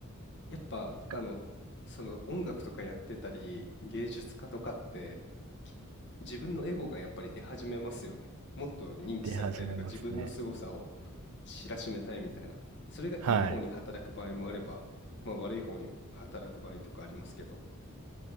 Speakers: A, on the left; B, on the right.
A: やっぱ、
B: か
A: あの、その音楽とかやってたり、芸術家とかって、き自分のエゴがやっぱり出始めますよね。もっと認知されたいとか、
B: 出始めますね。
A: 自分の凄さを知らしめたいみたいな。それがいい方に働く場合もあれば、
B: はい。
A: まあ、悪い方に働く場合とかありますけど、